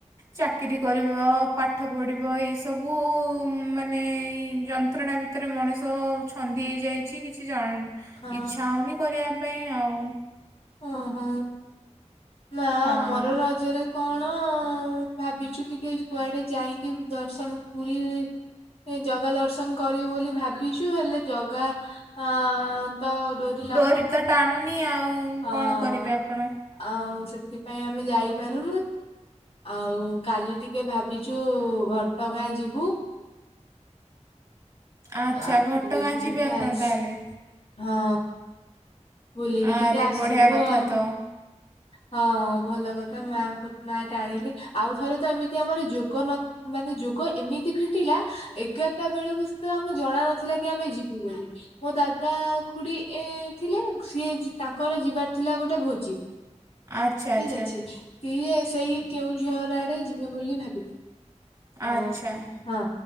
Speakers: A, on the right; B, on the left.
A: ଚାକିରି କରିବ ପାଠ ପଢ଼ିବ ଏସବୁ ମାନେ ଯନ୍ତଣା ଏଥିରେ ମଣିଷ ଛନ୍ଦି ହେଇଯାଇଛି କିଛିଣ
B: ହଁ
A: ଇଚ୍ଛା ହେଉନି କରିବା ପାଇଁ ଆଉ।
B: ଓହୋ ନା
A: ହଁ
B: ଆମର ରଜରେ କଣ ଭାବିଛୁ ଟିକେ କୁଆଡେ ଯାଇକି ଦର୍ଶନ ପୁରୀ ଜଗା ଦର୍ଶନ କରିବୁ ବୋଲି ଭାବିଛୁ ହେଲେ ଜଗା ଅ ତ ତୋରି
A: ଡୋରି ତ ଟାଣୁନି ଆଉ
B: ହଁ
A: କଣ କରିବେ ଆପଣ
B: ଆଉ ସେଥିପାଇଁ ଆମେ ଯାଇପାରୁନୁ। ଆଉ କାଲି ଟିକେ ଭାବିଛୁ ଘଟଗାଁ ଯିବୁ।
A: ଆଚ୍ଛା
B: ଥା
A: ଘଟଗାଁ
B: ବୁିଲିକି ଟିକେ
A: ଯିବେ ଆପଣ
B: ଆସ
A: ତାହେଲେ
B: ହଁ ବୁଲିକି
A: ଆରେ
B: ଟିକେ ଆସିବୁ
A: ବଢ଼ିଆ କଥା
B: ଆଉ।
A: ତ
B: ହଁ ଭଲ କଥା ମାଙ୍କୁ ମା ଟାଣିଲେ ଆଉ ଥରେ ତ ଏମିତି ଆମର ଯୋଗ ନ ମାନେ ଯୋଗ ଏମିତି ଫିଟିଲା ଏଗାରଟା ବେଳକୁ ତ ଆମକୁ ଜଣା ନଥିଲା କି ଆମେ ଯିବୁ ବୋଲି? ମୋ ଦାଦା ଖୁଡି ଏ ଥିଲେ ସିଏ ତାଙ୍କର ଯିବାର ଥିଲା ଗୋଟେ ଭୋଜିକୁ
A: ଆଚ୍ଛା
B: ଠିକ
A: ଆଚ୍ଛା
B: ଅଛି ସିଏ ସେଇ କେଉଁଝର ଆଡେ ଯିବେ ବୋଲି ଭାବିଥିଲେ ହ
A: ଆଚ୍ଛା
B: ହଁ